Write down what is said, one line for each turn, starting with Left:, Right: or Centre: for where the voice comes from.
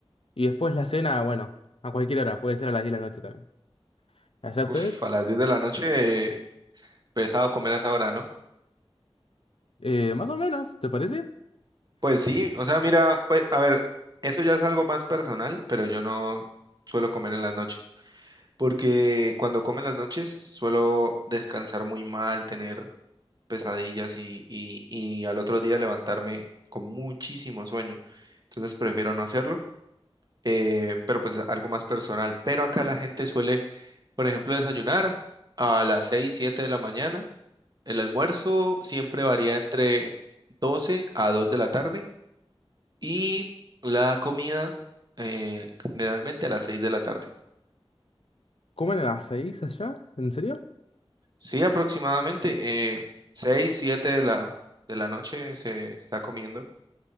Left: Y después la cena, bueno, a cualquier hora, puede ser a las 10 de la noche también. ¿Allá ustedes?
Right: Uf, a las 10 de la noche, eh, pesado comer a esa hora, ¿no?
Left: Eh, más o menos, ¿te parece?
Right: Pues sí, o sea, mira, pues, a ver, eso ya es algo más personal, pero yo no suelo comer en las noches, porque cuando como en las noches suelo descansar muy mal, tener pesadillas y, y, y al otro día levantarme con muchísimo sueño. Entonces prefiero no hacerlo, eh, pero pues algo más personal. Pero acá la gente suele, por ejemplo, desayunar a las 6 7 de la mañana El almuerzo siempre varía entre 12 a 2 de la tarde y la comida eh, generalmente a las 6 de la tarde.
Left: ¿Comen a las 6 allá? ¿En serio?
Right: Sí, aproximadamente eh, 6, 7 de la, de la noche se está comiendo.